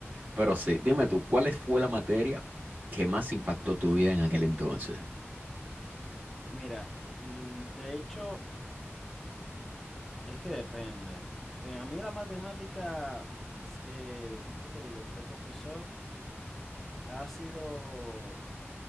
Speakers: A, on the right (about 35°); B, in the centre.
A: Pero sí, dime tú, ¿cuál fue la materia que más impactó tu vida en aquel entonces?
B: Mira, l- de hecho, es que depende. Eh, a mí la matemática, s- eh, ¿qué te digo? El profesor ha sido,